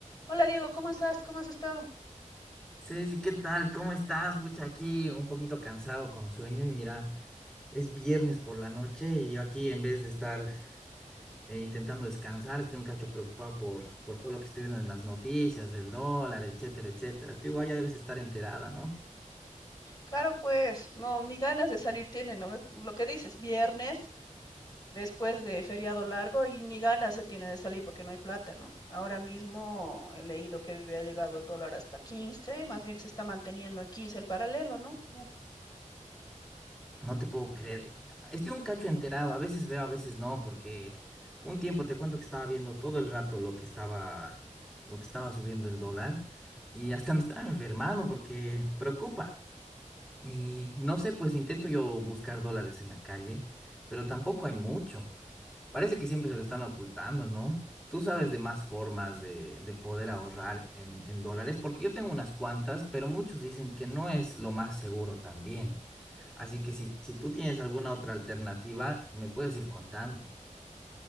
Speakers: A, on the left (about 30°); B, in the centre.
A: Hola Diego, ¿cómo estás? ¿Cómo has estado?
B: Ceci, ¿qué tal? ¿Cómo estás? Pucha, aquí un poquito cansado con sueño y mira, es viernes por la noche y yo aquí en vez de estar eh, intentando descansar, estoy un cacho preocupado por, por todo lo que estoy viendo en las noticias del dólar, etcétera, etcétera. Tú igual ya debes estar enterada, ¿no?
A: Claro, pues, no, ni ganas de salir tiene, ¿no? Lo que dices, viernes, después de feriado largo, y ni ganas se tiene de salir porque no hay plata, ¿no? Ahora mismo he leído que había llegado el dólar hasta 15, más bien que se está manteniendo en 15 el paralelo, ¿no? Como,
B: No te puedo creer. Estoy un cacho enterado, a veces veo, a veces no, porque un tiempo te cuento que estaba viendo todo el rato lo que estaba, lo que estaba subiendo el dólar y hasta me estaba enfermando porque preocupa. Y no sé, pues intento yo buscar dólares en la calle, pero tampoco hay mucho. Parece que siempre se lo están ocultando, ¿no? Tú sabes de más formas de, de poder ahorrar en, en dólares, porque yo tengo unas cuantas, pero muchos dicen que no es lo más seguro también. Así que si, si tú tienes alguna otra alternativa, me puedes ir contando.